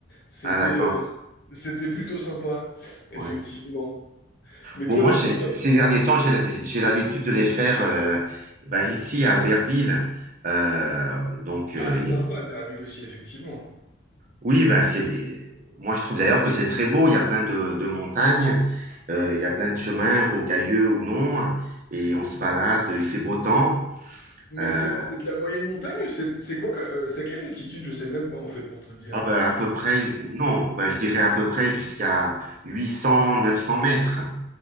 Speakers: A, on the left; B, on the right.
A: C'était
B: Ah, d'accord.
A: euh, c'était plutôt sympa, effectivement.
B: Ouais.
A: Mais
B: Bon,
A: toi,
B: moi,
A: du
B: j'ai-
A: coup, de-
B: ces derniers temps, j'ai la- j'ai l'habitude de les faire euh, ben, ici à Albertville. Euh, donc, euh,
A: ah, c'est
B: il y
A: sympa,
B: a-
A: Albertville aussi, effectivement.
B: oui, ben, c'est, moi, je trouve d'ailleurs que c'est très beau. Il y a plein de, de montagnes, euh, il y a plein de chemins, rocailleux ou non, et on se balade, il fait beau temps.
A: Mais
B: Euh,
A: c'est c'est de la moyenne montagne? ou C'est c'est quoi? que- euh, c'est à quelle altitude? Je sais même pas, en fait, pour te dire.
B: ah ben, à peu près, non, ben, je dirais à peu près jusqu'à 800, 900 mètres.